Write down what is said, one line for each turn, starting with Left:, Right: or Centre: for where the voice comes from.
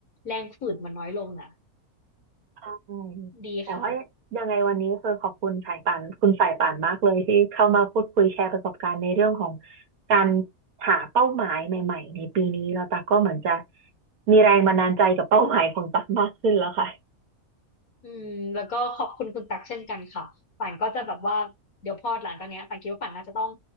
Left: แรงฝืดมันน้อยลงนะ
Right: ใช่
Left: ดีค่ะ
Right: แต่ว่ายังไงวันนี้คือขอบคุณสายป่านคุณสายป่านมากเลยที่เข้ามาพูดคุยแชร์ประสบการณ์ในเรื่องของการหาเป้าหมายใหม่ๆในปีนี้เราตักก็เหมือนจะมีแรงบันดาลใจกับเป้าหมายของตักมากขึ้นแล้วค่ะ
Left: อืมแล้วก็ขอบคุณคุณตักเช่นกันค่ะป่านก็จะแบบว่าเดี๋ยวพอหลังจากเนี้ยป่านคิดว่าป่านน่าจะต้อง